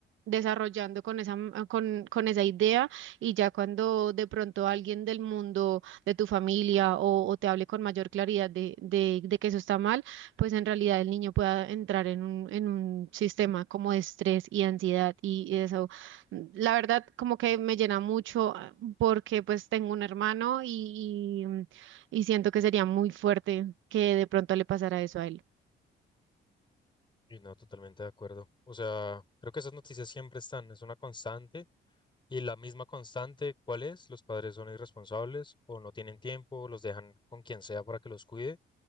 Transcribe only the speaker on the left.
Y no, totalmente de acuerdo. O sea, creo que esas noticias siempre están, es una constante. Y la misma constante, ¿cuál es? Los padres son irresponsables o no tienen tiempo, o los dejan con quien sea para que los cuide.